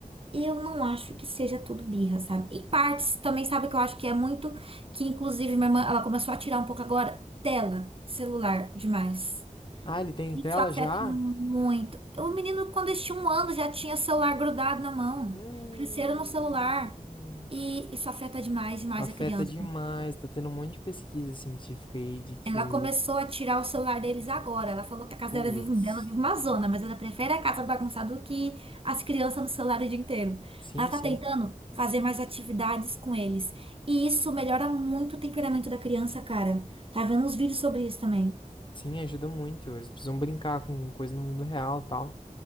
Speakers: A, on the right (about 40°); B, on the left (about 35°).
A: Eu não acho que seja tudo birra, sabe? Em partes, também sabe que eu acho que é muito. Que inclusive minha irmã, ela começou a tirar um pouco agora tela, celular, demais.
B: Ah, ele tem
A: Isso
B: tela
A: afeta
B: já?
A: muito. O menino, quando eles tinham um ano, já tinha celular grudado na mão.
B: Hum.
A: Cresceram no celular. E isso afeta demais, demais
B: Afeta
A: a criança.
B: demais. Tá tendo um monte de pesquisa científica aí de que.
A: Ela começou a tirar o celular deles agora. Ela falou que a casa
B: Putz.
A: dela vive, dela vive uma zona, mas ela prefere a casa bagunçada do que as crianças no celular o dia inteiro.
B: Sim,
A: Ela tá
B: sim.
A: tentando fazer mais atividades com eles. E isso melhora muito o temperamento da criança, cara. Tá vendo uns vídeos sobre isso também.
B: Sim, ajuda muito. Eles precisam brincar com coisa no mundo real e tal.